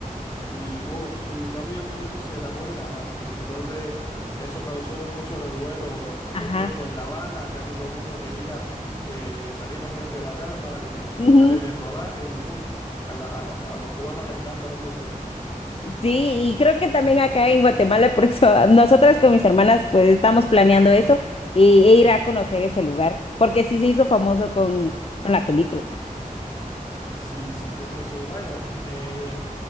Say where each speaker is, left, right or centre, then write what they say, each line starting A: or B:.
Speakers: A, on the left; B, on the left.
A: Sí, uf, y Rápido y Furioso se grabó en La Habana y entonces eso causó mucho revuelo en aquel
B: Ajá.
A: tiempo en La Habana, casi todo el mundo quería eh, salir al frente de la cámara y, y
B: Ujú.
A: estar en el rodaje y uf, a, la- a la- a los cubanos les encanta Rápido y Furioso.
B: Sí, y creo que también acá en Guatemala, por eso <laughs> nosotras con mis hermanas pues estamos planeando eso e, e ir a conocer ese lugar, porque sí se hizo famoso con, con la película.
A: Sí, sí, eso sí, vaya. eh,